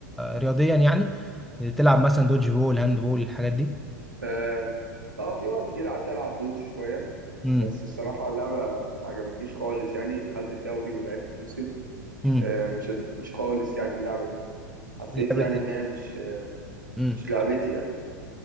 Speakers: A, in the centre; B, on the right.
A: رياضيا يعني آه، تلعب مثلا دوج بول هاند بول الحاجات دي
B: آه آه، في وقت كده قعدت ألعب دودج شوية
A: امم
B: بس الصراحة اللعبة ما عجبتنيش خالص يعني دخلت الدوري ولعبت موسم
A: امم
B: آه ما شدتنيش خالص يعني اللعبة دي حسيت
A: لعبة
B: يعني إن هي مش
A: امم
B: مش لعبتي يعني